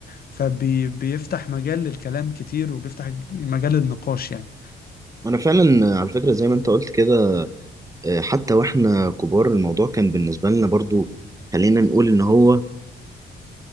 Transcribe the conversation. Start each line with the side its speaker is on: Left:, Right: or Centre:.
Left: فبيفتح مجال للكلام كتير وبيفتح مجال للنقاش يعني
Right: انا فعلا آه، على فكرة زي ما انت قلت كده آه، حتى واحنا كبار الموضوع كان بالنسبة لنا برضو خلينا نقول ان هو